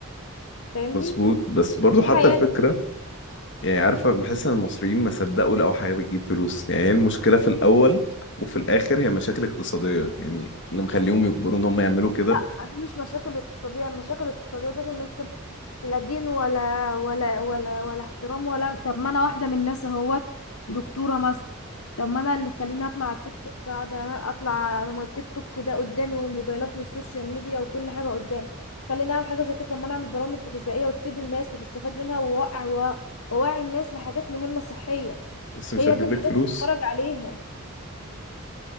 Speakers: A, on the left; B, on the left.
A: فاهمني
B: مظبوط بس برضو
A: دي
B: حتى
A: حياتهم.
B: الفكره يعني عارفة بحس ان المصريين ما صدقوا لقوا حاجة بتجيب فلوس يعني هي المشكلة في الأول وفي الآخر هي مشاكل اقتصادية يعني اللي مخليهم يجبروا ان هم يعملوا كده
A: لا دي مش مشاكل اقتصادية المشاكل الاقتصادية دي انك تبقى لا دين ولا ولا ولا ولا احترام ولا طب ما انا واحدة من الناس اهوت دكتورة مثلا طب ما انا اللي خليني اطلع على التيك توك قاعدة اطلع ما التيك توك ده قدامي والموبايلات والسوشيال ميديا وكل حاجة قدامي خليني اعمل حاجة زي كده طب ما انا اعمل برامج غذائية وتفيد الناس وتستفاد منها ووقع و- ووعي الناس لحاجات مهمة صحية
B: بس مش
A: هي
B: هتجيب
A: دي الحاجات
B: لك فلوس
A: اللي بتفرج عليها